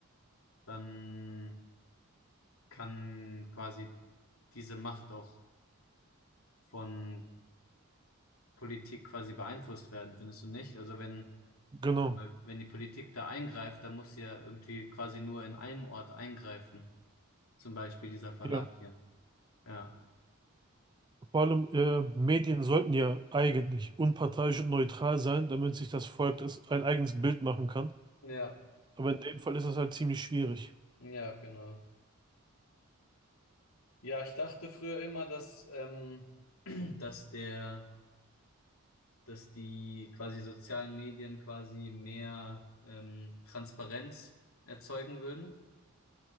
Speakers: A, on the left; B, on the right.
A: dann kann quasi diese Macht auch von Politik quasi beeinflusst werden, findest du nicht? Also wenn
B: Genau.
A: Weil Wenn die Politik da eingreift, dann muss sie ja irgendwie quasi nur in einem Ort eingreifen. Zum Beispiel dieser Verlag
B: Ja.
A: hier. Ja.
B: Vor allem äh, Medien sollten ja eigentlich unparteiisch und neutral sein, damit sich das Volk das ein eigenes Bild machen kann.
A: Ja,
B: Aber in dem Fall ist das halt ziemlich schwierig.
A: ja, genau. Ja, ich dachte früher immer, dass, ähm, <clears throat> Dass der, dass die quasi sozialen Medien quasi mehr ähm, Transparenz erzeugen würden.